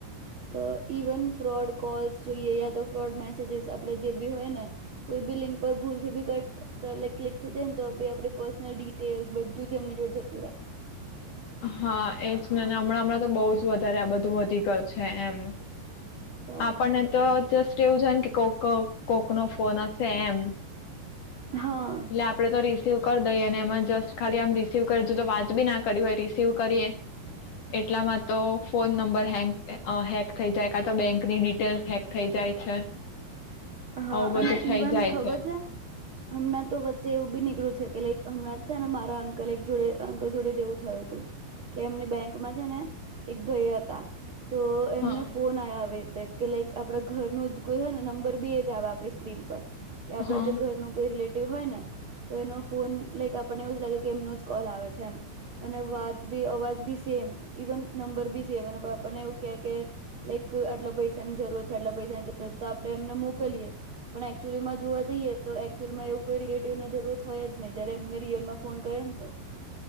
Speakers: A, on the right; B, on the left.
A: તો ઇવન ફ્રોડ કોલસ જોઈએ યા તો ફ્રોડ મેસેજીસ આપડે જે બી હોય ને કોઈ બી લિંક પર ભૂલથી બી કટ કર ક્લિક થઈ જાય ને તો બી આપ પર્સનલ ડિટેલ્સ બધું જ એમને જો જતું રહે.
B: હા, એજ હમણાં હમણાં તો બહુ જ વધારે આ બધું વધી ગયું છે એમ
A: તો
B: આપણને તો જસ્ટ એવું છ ને કે કો કવ કોકનો ફૉન હશે એમ.
A: હા
B: એટલે આપડે તો ર રિસીવ કરી દઈએ અને એમાં જસ્ટ ખાલી આમ રિસીવ કરે હજું તો વાત બી ના કરી હોય. રિશીવ કરીએ એટલામાં તો ફોન નંબર હે હેક થઈ જાય કા તો બેંકની ડિટેલ હેક થઈ જાય છે.
A: હા
B: આવું
A: અને
B: બધું થઈ
A: ઇવન
B: જાય
A: ખબર છે હમણાં તો વચ્ચે એવું બી નીકળ્યું છે કે લાઈક હમણાં છે ને મારા અંકલ એક જોડે અંકલ જોડે જેવું થયું હતું કે એમની બેંકમાં છે ને એક ભાઈ હતા તો એમને
B: હા
A: ફોન આયા આવે કે લાઈક આપડા ઘર નુ જ કોઈય ને નંબર બી આવે આપણી સ્ક્રીન પર કે આપડા
B: હા
A: જે ઘર ન કોઈ રિલ હોયને તો એ ફોન લાઈક આપને એવું લાગે કે એમનો જ કોલ આવે છે એમ અને વાત બી અવાજ બી સેમ ઇવન નંબર બી સેમ અને આપણને એવું કે કે લાઈક આટલા પૈસા ની જરૂર છે આટલા પૈસાની જરૂરત છે તો આપડે એમને મો મોકલીએ પણ એકચુઅલીમાં જોવા જઈએ તો એકચુઅમાં એવું કોઈ રિલેટિવની જરૂરત હોય જ નહી જયારે એમને રિયલમાં ફોન કરે ને તો